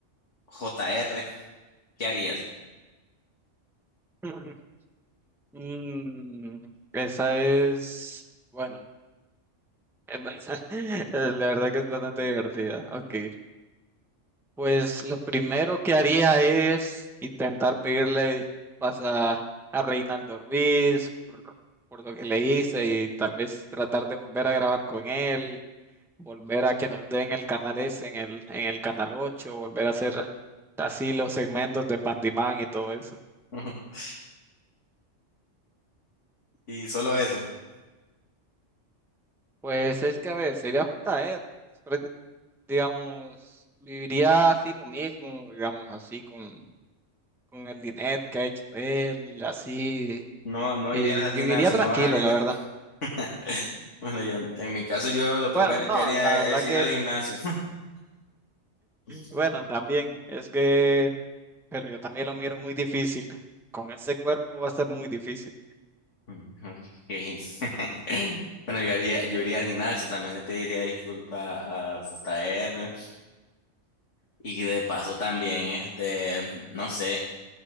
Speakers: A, on the left (about 70°); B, in the centre.
A: J R, ¿qué harías?
B: <laughs> Mm, esa es, bueno, es ba- <laughs> la verdad que es bastante divertida. Ok. Pues lo primero que haría es intentar pedirle disculpas a, a Reinaldo Ruiz por, por lo que le hice y tal vez tratar de volver a grabar con él volver a que nos den el canal S en el, en el canal 8, volver a hacer así los segmentos de Pandimán y todo eso.
A: <laughs> Y solo eso.
B: Pues es que, a ver, sería un traer, pero, digamos, viviría así lo mismo, digamos, así con, con el dinero que ha hecho él, así,
A: No, no
B: y
A: irías al
B: viviría
A: gimnasio,
B: tranquilo,
A: no bajarías
B: la
A: de...
B: verdad.
A: <laughs> Bueno, yo, en mi caso, yo lo primero
B: Bueno, no,
A: que haría
B: la verdad
A: es ir
B: que,
A: al gimnasio. <laughs>
B: bueno, también, es que, pero yo también lo miro muy difícil. Con ese cuerpo va a ser muy difícil.
A: Ok. <laughs> Bueno, yo haría, yo iría al gimnasio, también le pediría disculpas a JR y de paso también, este, no sé,